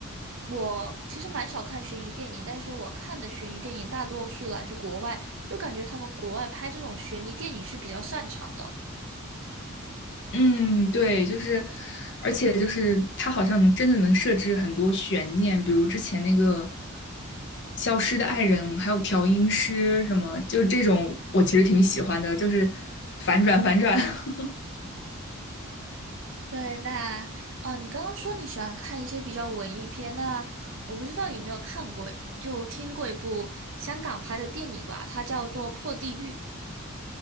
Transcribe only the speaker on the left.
嗯，对，就是，而且就是它好像能真的能设置很多悬念，比如之前那个《消失的爱人》，还有调音师什么，就这种我其实挺喜欢的，就是反转反转。<laughs>